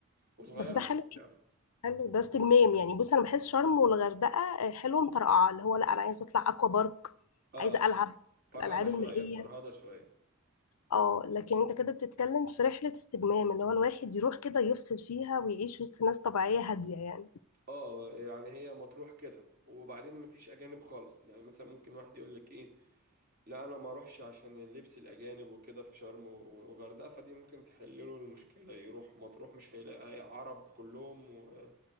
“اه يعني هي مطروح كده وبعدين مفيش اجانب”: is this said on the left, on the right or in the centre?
Right